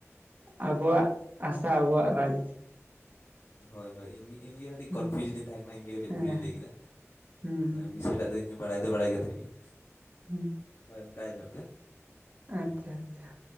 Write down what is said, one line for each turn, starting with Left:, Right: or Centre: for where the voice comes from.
Right: ᱟᱵᱚᱣᱟᱜ ᱟᱥᱟ ᱟᱵᱚᱣᱟᱜ ᱨᱟᱡᱽ
Left: ᱦᱳᱭ ᱦᱳᱭ ᱤᱧᱜᱮ ᱠᱟᱹᱴᱤᱡ
Right: ᱦᱮᱸ
Left: ᱠᱚᱱᱯᱷᱤᱭᱩᱡᱽ ᱨᱤᱧ ᱛᱟᱦᱮᱸ ᱠᱟᱱᱟ ᱤᱧ ᱜᱮ ᱠᱟᱹᱴᱤᱡ
Right: ᱦᱮᱸ
Left: ᱵᱷᱩᱞᱤᱧ ᱞᱟᱹᱭ ᱠᱮᱫᱟ᱾
Right: ᱦᱩᱸ ᱦᱩᱸ
Left: ᱵᱤᱥᱚᱜ ᱴᱟᱜ ᱤᱧᱦᱚᱸ ᱵᱟᱲᱟᱭ ᱫᱚ ᱵᱟᱲᱟᱭ ᱜᱮ ᱛᱟᱦᱮᱸᱱᱤᱧ
Right: ᱦᱩᱸ
Left: ᱦᱳᱭ ᱚᱱᱠᱟ ᱧᱚᱜ ᱜᱮ ᱤᱭᱟᱹ
Right: ᱟᱪᱪᱷᱟ
Left: ᱫᱚ᱾
Right: ᱟᱪᱪᱷᱟ